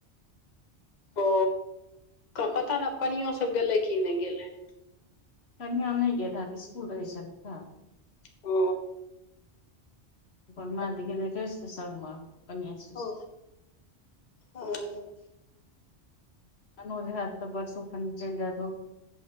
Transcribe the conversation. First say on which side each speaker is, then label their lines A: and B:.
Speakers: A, on the left (about 40°); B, on the left (about 70°).
A: ओ पता नय कनियो सब गेलै कि नय गेलै
B: कनीया नय गेल हेत स्कूल रहैलकिन हैत
A: ओ
B: अपन मथ गेल कहैस त संगमे कनिया से।
A: ओ ह
B: अनज होइत तऽ परसू खन चइल जाइत